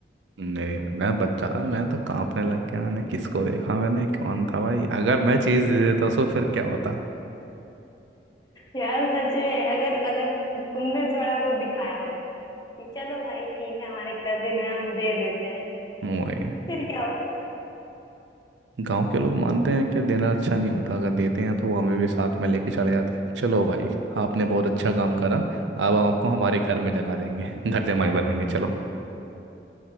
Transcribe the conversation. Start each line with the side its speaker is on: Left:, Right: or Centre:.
Right: नहीं मैं बच्चा था मैं तो कांपने लग गया मैंने किसको देखा मैंने कौन था भाई अगर मैं चीज दे देता उसको फिर क्या होता
Left: यार सच में अगर अगर तुमने थोड़ा वो दिखाया होता कि चलो भाई ठीक है हमारे कजिन है हम दे देते हैं
Right: वही
Left: फिर क्या होता
Right: गांव के लोग मानते हैं कि देना अच्छा नहीं होता अगर देते हैं तो वो हमें भी साथ में लेके चले जाते हैं चलो भाई आपने बहुत अच्छा काम करा अब हम आपको हमारे घर में जगा देंगे <laughs> घर जमाई
Left: <laughs>
Right: बनेंगे चलो